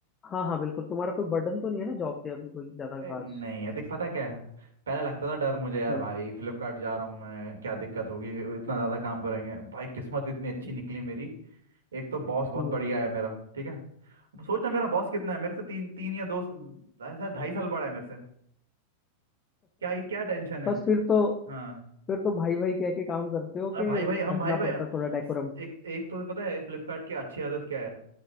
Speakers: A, on the left (about 20°); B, on the right (about 65°).
A: हाँ हाँ बिल्कुल तुम्हारा कोई बर्डन तो नहीं है ना जॉब पे अभी कोई ज्यादा
B: अरे
A: खास
B: नहीं अधिक पता क्या है पहले लगता था डर मुझे यार
A: हम्म
B: भाई फ्लिपकार्ट जा रहा हूँ मैं क्या दिक्कत होगी इतना ज़्यादा काम करेंगे भाई किस्मत इतनी अच्छी निकली मेरी एक तो बॉस बहुत
A: हम्म
B: बढ़िया है मेरा ठीक है सोच ना मेरा बॉस कितना है मेरे से तीन तीन या दो ऐसा ढाई साल बड़ा है मेरे से क्या ही क्या टेंशन है
A: बस फिर तो
B: हाँ
A: फिर तो भाई भाई कह के काम करते हो
B: अरे
A: कि
B: भाई भाई हम
A: रखना
B: भाई भाई
A: पड़ता थोड़ा डेकोरम
B: स- एक एक तो पता है फ्लिपकार्ट की अच्छी आदत क्या है